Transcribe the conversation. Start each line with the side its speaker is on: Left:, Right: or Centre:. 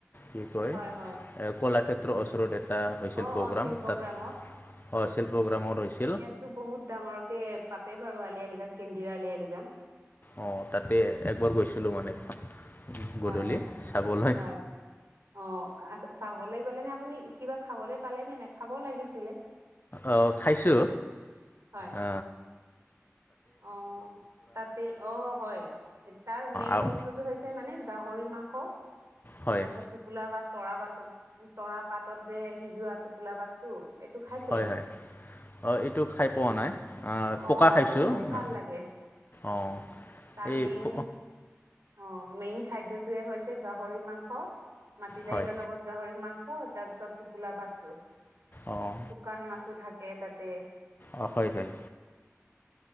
Left: কি কয়।
Right: হয়
Left: এ
Right: হয়
Left: কলাক্ষেত্ৰ ওচৰত এটা হৈছিল
Right: অ
Left: প্ৰ'গ্ৰাম।
Right: অ শিল্পগ্ৰামত
Left: তাত অ' আছিল প্ৰ'গ্ৰামৰ হৈছিল।
Right: ইয়াতো বহুত ডাঙৰ কে পাতে বাৰু আলি আই লৃগাং, কেন্দ্ৰীয় আলি আই লৃগাং।
Left: অ', তাতে একবাৰ গৈছিলোঁ মানে।
Right: হয়,
Left: গধূলি
Right: হয়।
Left: চাবলৈ
Right: হয়। অ', আ চাবলৈ গ'লে নে আপুনি, কিবা খাবলৈ পালে নে নাই, খাব লাগিছিলে।
Left: অ', খাইছোঁ
Right: হয়
Left: আ।
Right: অ', তাতে। অ' হয় তাৰ মেইন
Left: অঁ
Right: বস্তুতটো হৈছে ছে মানে গাহৰি মাংস,
Left: হয়
Right: তাৰপিছত টো লা বা তৰা পাতত, তৰাপাতত যে সিজোৱাটোক পোলাবাটটো এইটো খাইছে?
Left: হয় হয় অঁ এইটো খাই পোৱা নাই, আ
Right: অ
Left: পকা খাইছোঁ
Right: এইটো বহুত ভাল
Left: আ
Right: লাগে
Left: অঁ
Right: তাৰ
Left: এই
Right: মেইন
Left: প
Right: অ মেইন খাদ্যটোয়ে হৈছে গাহৰি মাংস, মাটি দাইলৰ
Left: হয়
Right: লগত গাহৰি মাংস তাৰপিছত টোপোলা ভাত,
Left: অঁ
Right: শুকান মাছো থাকে তাতে।
Left: অ', হয় হয়।